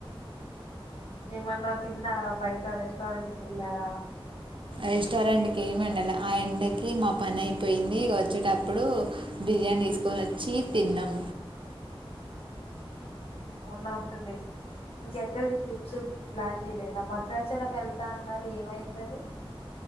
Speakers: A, on the left; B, on the right.
A: ఏమన్నా తిన్నారా? బయట రెస్టారెంట్ కి వెళ్ళారా?
B: రెస్టారెంట్కి ఏమెళ్ళల ఆ ఎండకి మా పని అయిపోయింది. ఇగ వచ్చేటప్పుడు బిర్యాని తీసుకోని వచ్చి తిన్నాం.
A: వన్ ఆఫ్ ది బెస్ట్ ఇంకెక్కడికి ట్రిప్స్ ప్లాన్ చేయలేదా? భద్రాచలం వెళ్తా అన్నారు ఏమైంది అది